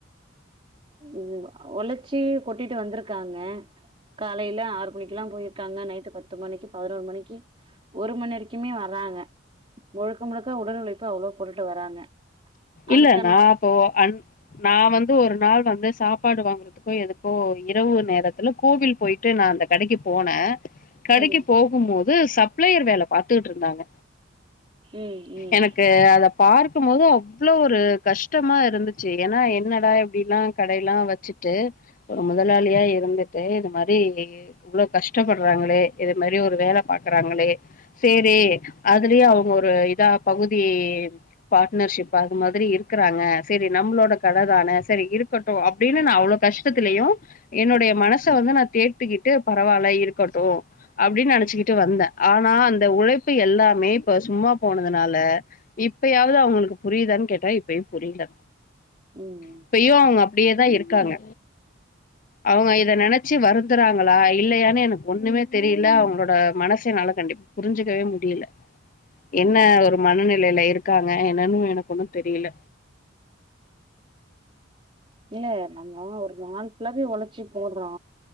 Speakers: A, on the right; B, on the left.
A: ம் ஒழச்சி கொட்டிட்டு வந்துருக்காங்க காலேல ஆறு மணிக்கெல்லா போயிருக்காங்க நைட்டு பத்து மணிக்கு பதினோரு மணிக்கு ஒரு மணி வரைக்குமே வரா ஆங்க முழுக்க முழுக்க உடல் உழைப்பு அவ்ளோ போட்டுட்டு வராங்க அதுக்கான
B: இல்லங்க அப்போ அன் நா வந்து ஒரு நாள் வந்து சாப்பாடு வாங்கறதுக்கோ எதுக்கோ இரவு நேரத்துல கோவில் போயிட்டு நா அந்த கடைக்கி போனே கடைக்கி
A: ம்
B: போகும் போது சப்ளையர் வேல பாத்துட்டு இருந்தாங்க
A: ம் ம்
B: எனக்கு அத பார்க்கும்போது அவ் ளோ ஒரு கஷ்டமா இருந்துச்சி ஏன்னா என்னடா இப்டிலா கடையெல்லா வச்சிட்டு ஒரு முதலாளியா இருந்துட்டு இந்த மாரி இவ்ளோ கஷ்டப்படுறாங்களே இது மாரி ஒரு வேல பாக்கறாங்க சேரி அதுலயே அவுங்க ஒரு இதா பகுதி பார்ட்னர்ஷிப் இப்ப அது மாதிரி இருக்குறாங்க சேரி நம்மளோட கட தான செரி இருக்கட்டு அப்டின்னு நா அவ்ளோ கஷ்டத்துலயு என்னுடைய மனச வந்து நா தேத்திகிட்டு பரவால்ல இருக்கட்டு அப்டின்னு நெனச்சிக்கிட்டு வந்தே ஆனா அந்த உழைப்பு எல்லாமே இப்ப சும்மா போனதுனால இப்பயாவது அவுங்களுக்கு புரியுதான்னு கேட்டா இப்பயு புரியல
A: ம்
B: இப்பயு அவுங்க அப்படியேதா இருக் இருக்காங்க அவுங்க இத நெனச்சி வருந்துறாங்களா இல்லையான்னு எனக்கு ஒண்ணுமே தெரியல அவங்களோட மனச என்னால கண்டிப்பா புரிஞ்சிக்கவே முடியல என்ன
A: ம்
B: ஒரு மனநிலையில இருக்காங்க என்னன்னு எனக்கு ஒன்னு தெரியல
A: இல்ல நம்ம ஒரு நாள் ஃபுல்லாவே ஒழச்சி போடுறோ